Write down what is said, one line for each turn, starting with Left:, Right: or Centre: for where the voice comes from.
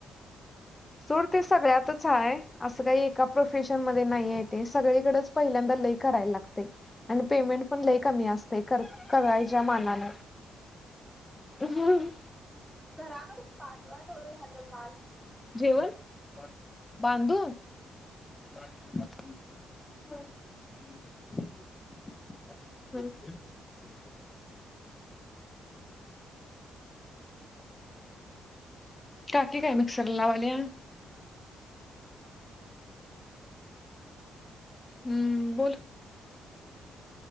Centre: <unintelligible>
Left: सोड ते सगळ्यातच आहे असं काही एका प्रोफेशन मध्ये नाही आहे ते सगळीकडेच पहिल्यांदा लय करायला लागते आणि पेमेंट पण लय कमी असते करायच्या मानान हम्म
Centre: घराकड पाठवा थवडं झालं भास
Left: जेवण बांध बांधू <unintelligible> <inaudible> <unintelligible> काकी काय मिक्सर ला लावाल्या हम्म बोल